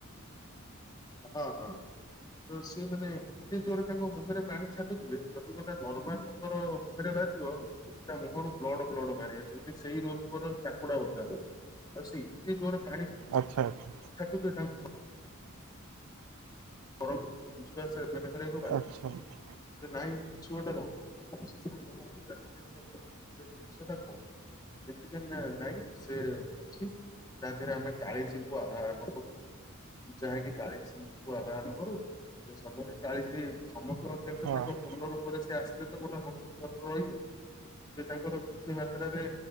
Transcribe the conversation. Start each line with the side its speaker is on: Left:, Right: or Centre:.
Left: ହଁ ହଁ ତୋ ସେ ମାନେ ସେ ଜୋରରେ ତାଙ୍କ ମୁଣ୍ଡରେ ପାଣି ଛାଟୁଥିଲେ ଯଦି ଗୋଟେ ନର୍ମାଲ ଲୋକର ମୁହେଁରେ ବାଜିବ ତା ମୁହଁରୁ ବ୍ଲଡ ବ୍ଲଡ଼ ବାହାରି ଆସିବ। <unintelligible> ସେଇ ଲୋକଟା ଚାପୁଡା ବଜେଇଆକୁ ହଉଥିବ। ଆଉ ସେ ଏତେ ଜୋର୍ ରେ ପାଣି
Right: ଆଚ୍ଛା ଆଛା।
Left: <unintelligible> ପରନ୍ତୁ ବିଶ୍ୱାସ ଏମାନେ କରିବାକୁ ବାଧ୍ୟ।
Right: ଆଚ୍ଛା
Left: ରେ ନାଇଁ ମୁଁ କିଛି ଗୋଟେ ରହ ମୁଁ ସେ ସାଙ୍ଗକୁ ପଚାରେ ଯେ ସେ ସେ ଜିନିଷଟା କଣ? ଏମତି କାନା ନାଇଁ ସେ ଅଛି। ତା ଦେହରେ ଆମେ କାଳିସିଙ୍କୁ ଅଧୟନ କରୁ ପୂଜା ହେଇକି କାଳିସିଙ୍କୁ ଆ ବାହାନ କରୁ କି? ସେ ସମୟରେ କାଳିସି ସମସ୍ତଙ୍କ ଦେହରେ ତ
Right: ହଁ
Left: ତାଙ୍କ ପୂର୍ଣ୍ଣ ରୂପରେ ସେ ଆସିଲେ ତ ଗୋଟେ ମଣିଷ <unintelligible> ତ ରହିବନି। ସେ ତାଙ୍କର କିଛି ମାତ୍ରାରେ